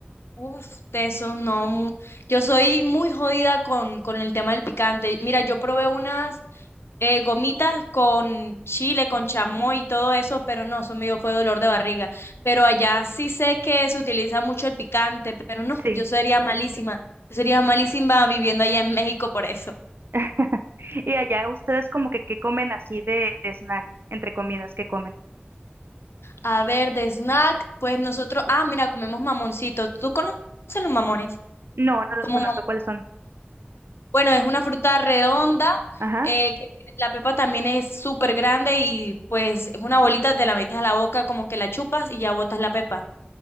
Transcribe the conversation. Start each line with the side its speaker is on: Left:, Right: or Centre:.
Left: Uf, de eso no. mu- Yo soy muy jodida con, con el tema del picante. Mira, yo probé unas eh, gomitas con chile, con chamoy y todo eso, pero no, eso me dio fue dolor de barriga. Pero allá sí sé que se utiliza mucho el picante, pero no,
Right: Sí.
Left: yo sería malísima. Yo sería malísima viviendo allá en México por eso.
Right: <laughs> Y allá ustedes como que qué comen así de de snack, entre comidas que comen.
Left: A ver, de snack, pues nosotros, ah, mira, comemos mamoncitos. ¿Tú conoces los mamones?
Right: No, no los
Left: Como
Right: conozco, ¿cuáles son?
Left: Bueno, es una fruta redonda,
Right: Ajá.
Left: eh, que tiene- la pepa también es súper grande y pues es una bolita, te la metes a la boca, como que la chupas y ya botas la pepa.